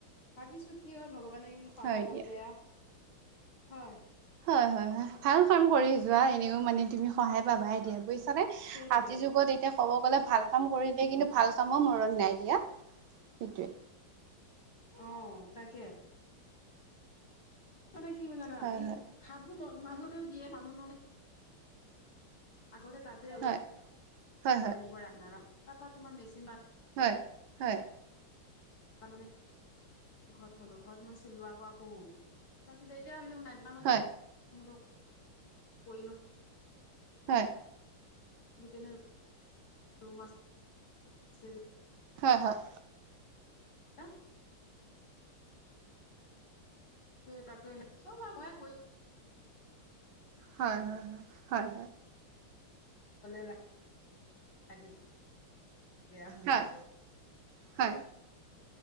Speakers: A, on the left; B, on the right.
A: ভাবিছোঁ কি হয়, ভগৱানে সহায়
B: হয়
A: কৰিলে
B: দিয়া
A: আৰু। হয়।
B: হয় হয় হয় ভাল কাম কৰি যোৱা এনেও মানে তুমি সহায় পাবাই দিয়া বুজিছা।
A: সেইটোৱে
B: আজিৰ যুগত এতিয়া ক'ব গ'লে ভাল কাম কৰিলে কিন্তু ভাল কামৰ মৰণ নাই দিয়া সেইটোৱে।
A: অ', তাকে। মানে কি হব জানা
B: হয়
A: এই
B: হয়
A: ভাবো মানুহও দিয়ে মানুহ আগতে তাতে অলপ
B: হয়
A: অলপ
B: হয়
A: <unintelligible> এনেকুৱা ৰাখিব ন তাৰ পৰা তোমাৰ মেচিন
B: হয় হয়।
A: তাৰ মানে ঘৰত থলো ঘৰত মই চিলোৱা হোৱা উম, তাৰপিছত এতিয়া ভাবিলোঁ নাই দোকানত
B: হয়
A: সিহঁত কৰি লওঁ।
B: হয়।
A: সেইপিনে ৰোম আছে যে
B: হয় হয়।
A: আ সেই তাকে চব আৰু ময়ে
B: হয় হয় হয় হয়
A: <unintelligible> <unintelligible> লাগিবগে আও
B: হয় হয়।